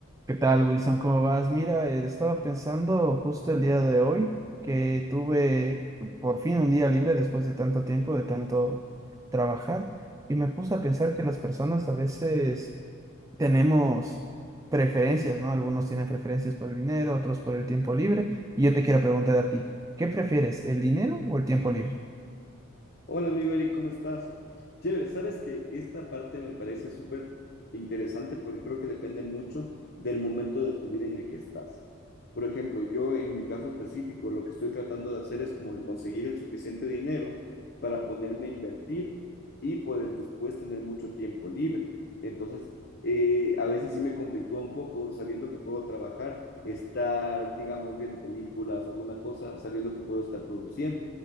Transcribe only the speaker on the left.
Hola amigo Eric, ¿cómo estás? Chévere, sabes que esta parte me parece súper interesante porque creo que depende mucho del momento de tu vida en el que estás. Por ejemplo, yo en mi caso específico, lo que estoy tratando de hacer es como que conseguir el suficiente dinero para ponerme a invertir y poder después tener mucho tiempo libre. Entonces, eh, a veces sí me conflictúa un poco sabiendo que puedo trabajar, estar, digamos, viendo películas o alguna cosa, sabiendo que puedo estar produciendo.